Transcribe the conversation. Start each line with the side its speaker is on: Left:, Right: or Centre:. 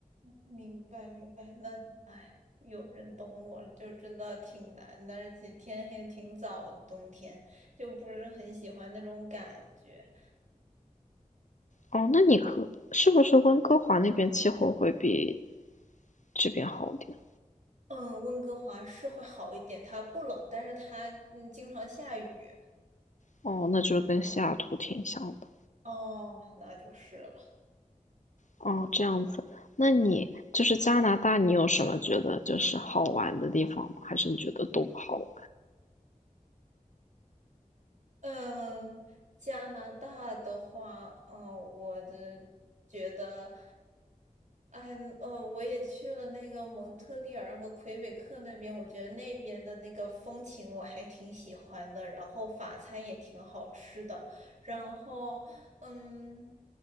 Right: 明白明白，那哎，有人懂我了就真的挺难的，而且天黑挺早的，冬天就不是很喜欢那种感觉。
Left: 哦，那你可是不是温哥华那边气候会比这边好点？
Right: 嗯，温哥华是会好一点，它不冷，但是它嗯经常下雨。
Left: 哦，那就是跟西雅图挺像的。
Right: 哦，那就是了。
Left: 哦，这样子。那你就是加拿大，你有什么觉得就是好玩的地方吗？还是你觉得都不好玩？
Right: 嗯，加拿大的话，嗯，我的觉得，哎，呃，我也去了那个蒙特利尔和魁北克那边，我觉得那边的那个风情我还挺喜欢的，然后法餐也挺好吃的，然后，嗯，